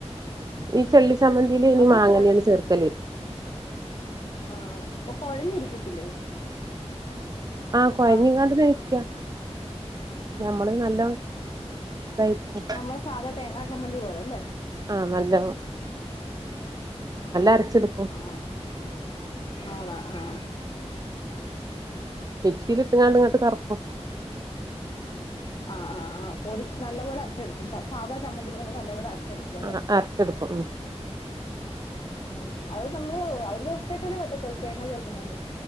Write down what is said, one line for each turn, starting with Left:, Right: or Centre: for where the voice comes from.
Right: ഈ ചെള്ളി ചമ്മന്തീല് അയിന്
Left: അപ്പൊ
Right: മാങ്ങന്നെയാണ്
Left: കൊ
Right: ചേർക്കല്
Left: ആഹ്‌ പ്പൊ കൊഴഞ്ഞിരിക്കത്തില്ലേ? ആഹ്‌
Right: ആഹ് കൊഴഞ്ഞിങ്ങാണ്ട് ഇരിക്ക ഞമ്മള് നല്ലോം ഇതായിരിക്കും
Left: നമ്മളെ സാധാ തേങ്ങാ ചമ്മന്തി പോലെ ലേ
Right: ആഹ്‌ നല്ലോം
Left: ആഹ്‌
Right: അരച്ചെടുക്കും
Left: ആണ് ആഹ്‌
Right: മിക്സീല് ഇട്ട്ങ്ങാണ്ട് ഇങ്ങെട്ട് കറക്കും
Left: ആഹ്‌ ആഹ്‌ ആഹ് പൊടി നല്ല പോലെ അരച്ചെടുക്കും എന്താ സാധാ ചമ്മന്തി പോലെ നല്ല പോലെ അര ച്ചെടുക്കും അല്ലേ
Right: ആഹ് അരച്ചെടുക്കും ഉം
Left: ആഹ്‌ അത് നമ്മള് ഒരു ദെവസത്തേക്കല്ലേ പറ്റത്തൊള്ള് തേങ്ങ ചേറ്ക്ക്ന്നോണ്ട്